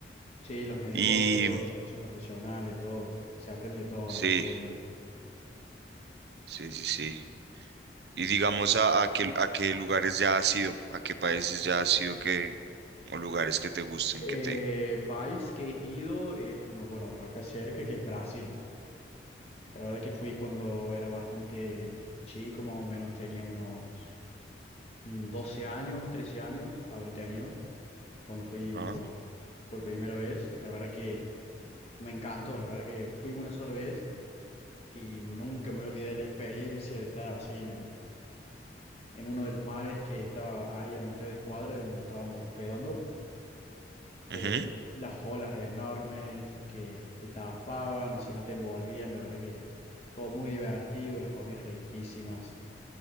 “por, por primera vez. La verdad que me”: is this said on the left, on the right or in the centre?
Left